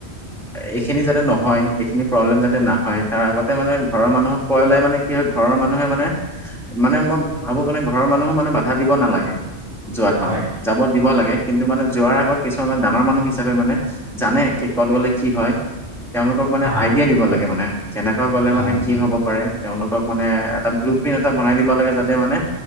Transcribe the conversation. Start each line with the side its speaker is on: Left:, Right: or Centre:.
Centre: এইখিনি যাতে নহয় এইখিনি প্ৰব্লেম যাতে নহয় তাৰ আগতে মানে ঘৰৰ মানুহক কয় ললে মানে কি হয় ঘৰৰ মানে মানুহে মানে মানে মই ভাবো মানে ঘৰৰ মানুহো মানে বাধা দিব নালাগে যোৱাত
Right: হয়
Centre: মানে যাব দিব লাগে কিন্তু মানে যোৱাৰ আগত কিছুমানানে ডাঙৰ মানুহ হিচাপে মানে জানে কি ক'ত গ'লে কি হয় তেওঁলোকক মানে
Right: অ হয়
Centre: আইডিয়া দিব লাগে মানে কেনেকুৱা গলে
Right: হয়
Centre: মানে কি হ'ব পাৰে তেওঁলোকক মানে এটা ব্লুপন্ এটা বনাই দিব লাগে যাতে মানে